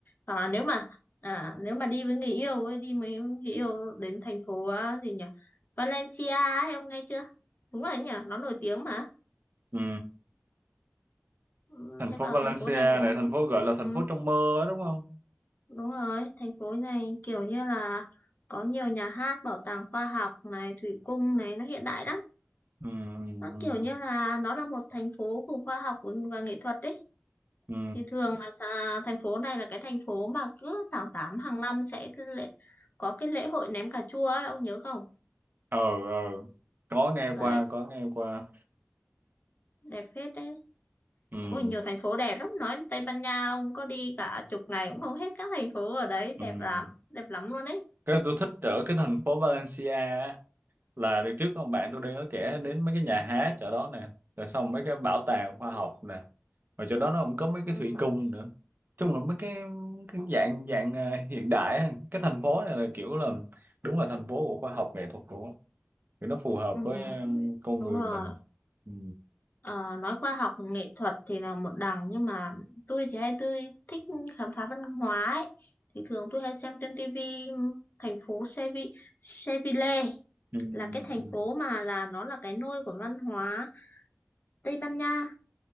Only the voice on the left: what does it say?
hoặc là nếu mà à, nếu mà đi với người yêu ấy đi với người yêu đến thành phố à, gì nhỉ Valencia ấy ông nghe chưa đúng rồi đấy nhỉ nó nổi tiếng mà
ừ,
thế
bảo
thành phố này cũng
ừ,
đúng rồi thành phố này kiểu như là có nhiều nhà hát bảo tàng khoa học này thủy cung này nó hiện đại lắm
Nó kiểu như là nó là một thành phố của khoa học và nghệ thuật đấy.
Thì thường là sa- thành phố này là cái thành phố mà cứ tháng 8 hàng năm sẽ cái lễ, có cái lễ hội ném cà chua ấy, ông nhớ không?
Đấy,
đẹp phết đấy.
Ui, nhiều thành phố đẹp lắm. Nói Tây Ban Nha ông có đi cả chục ngày cũng không hết các thành phố ở đấy.
Đẹp lắm, đẹp lắm luôn đấy.
Ừ,
ừ,
đúng
rồi.
Ờ, nói khoa học nghệ thuật thì là một đằng nhưng mà tôi thì hay tôi thích khám phá văn hóa ấy. Thì thường tôi hay xem trên tivi thành phố Sevi Seville
là cái thành
phố mà là nó là cái nôi của văn hóa Tây Ban Nha.